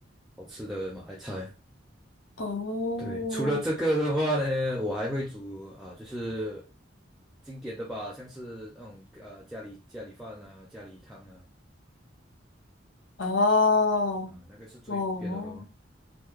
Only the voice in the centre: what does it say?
好吃的马来菜。
对，除了这个的话呢，我还会煮啊、就是经典的吧，像是那种呃家里家里饭啊、家里汤啊，
啊、那个是最普遍的咯。